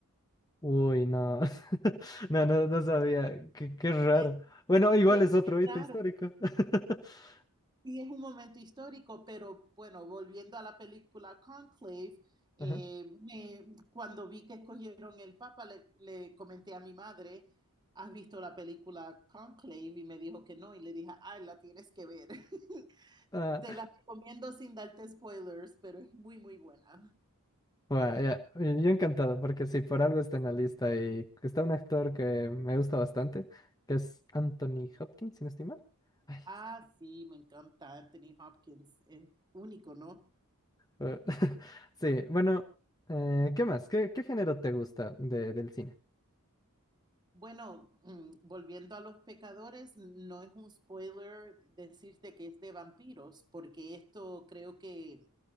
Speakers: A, on the left; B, on the right.
A: Uy, no. <laughs> No, no, no sabía. Qué, qué raro.
B: Eh,
A: Bueno, igual
B: qué
A: es otro hito
B: raro.
A: histórico. <laughs>
B: Sí, es un momento histórico, pero bueno, volviendo a la película Conclave, eh,
A: Ajá.
B: me- cuando vi que escogieron el Papa, le, le comenté a mi madre, ¿has visto la película Conclave? Y me dijo que no, y le dije, ay, la tienes que ver. <laughs>
A: Ah,
B: Te la recomiendo sin darte spoilers, pero es muy, muy buena.
A: bueno, ya, y Yo encantado, porque si por algo está en la lista y está un actor que me gusta bastante, que es Anthony Hopkins, si no estoy mal. Ay,
B: Ah, sí, me encanta Anthony Hopkins, es único, ¿no?
A: eh, <laughs> sí, bueno, eh, ¿qué más? ¿Qué, qué género te gusta de, del cine?
B: Bueno, mm, volviendo a los pecadores, no es un spoiler decirte que es de vampiros, porque esto creo que